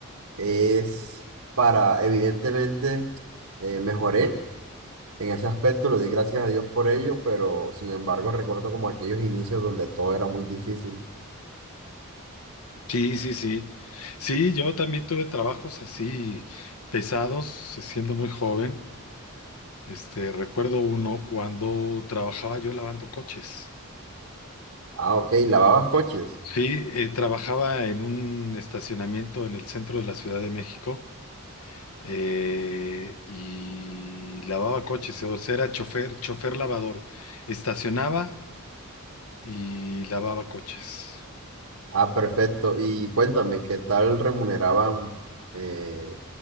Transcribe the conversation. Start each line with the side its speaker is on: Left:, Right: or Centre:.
Right: es para, evidentemente, eh, mejoré en ese aspecto, lo di gracias a Dios por ello, pero sin embargo recuerdo como aquellos inicios donde todo era muy difícil.
Left: sí, sí, sí. Sí, yo también tuve trabajos así pesados, siendo muy joven. Este, recuerdo uno cuando trabajaba yo lavando coches.
Right: Ah, ok, lavabas coches.
Left: Sí, eh, trabajaba en un estacionamiento en el centro de la Ciudad de México eh, y lavaba coches, o sea, era chofer, chofer lavador. Estacionaba y lavaba coches.
Right: Ah, perfecto. Y cuéntame, ¿qué tal remuneraban, eh,